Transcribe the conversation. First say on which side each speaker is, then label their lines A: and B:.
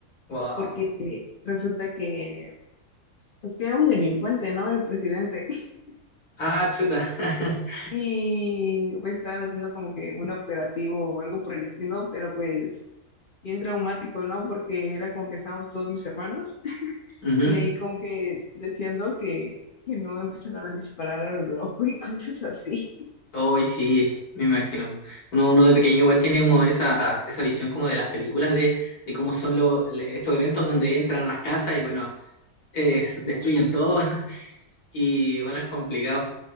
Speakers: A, on the left; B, on the left.
A: Wow.
B: porque resulta que, pues que era un delincuente, ¿no? El presidente. <laughs>
A: Ah, chuta. <laughs>
B: Y pues estaban haciendo como que un operativo o algo por el estilo, pero pues bien traumático, ¿no? Porque era como que estábamos todos mis hermanos.
A: Ujú.
B: Y ahí como que deseando que, que no empezaran a disparar a lo loco y <laughs> cosas así.
A: Hoy sí, me imagino. Uno, uno de pequeño igual tiene como esa, esa visión como de las películas de, de cómo son los estos eventos donde entran a las casas y bueno, eh, destruyen todo <laughs> y bueno, es complicado.